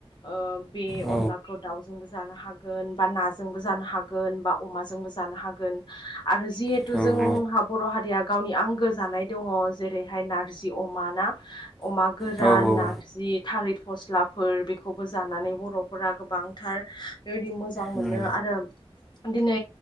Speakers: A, on the left (about 50°); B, in the centre.
A: ओ बे
B: औ
A: अनलाखौ दाउजोंबो जानो हागोन बा ना जोंबो जानो हागोन बा अमाजोंबो जानो हागोन आरो जिहेथु
B: औ
A: जोंहा बर' हारिया गावनि आंगो जानाय दङ जेरैहाय नारजि अमा ना अमा गोरान
B: औ औ औ
A: नारजि थालिर फस्ला फोर बेखौबो जानानै बर'फोरा गोबांथार बेबायदि मोजां
B: उम
A: मोनो आरो दिनै